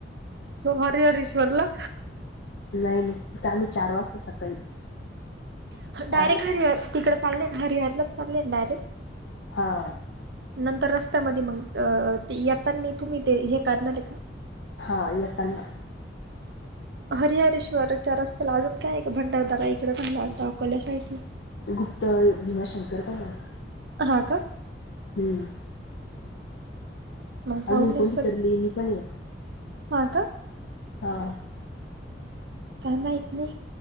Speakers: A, on the right; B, on the left.
A: हरी, हरेश्वरला
B: नाही-नाही तिथं आम्ही चार वाजता सकाळी चारला
A: डायरेक्ट हरिहर तिकंड चालले, हरिहरलाच चालले डायरेक्ट?
B: हा.
A: नंतर रस्त्यामध्ये मग, येतानी तुम्ही ते हे करणार आहे का?
B: हा यतना
A: हरिहरेश्वरच्या रस्त्याला अजून काय आहे का? भंडारदरा इकडे राहिला अकोल्या साइटला
B: गुप्त भीमाशंकर पण आहे.
A: हा का?
B: हम्म..
A: मग जाऊन
B: आजुन
A: या
B: कोणती
A: सग
B: तर लेणी पण आहे.
A: हा का.
B: हा.
A: काय माहित नाही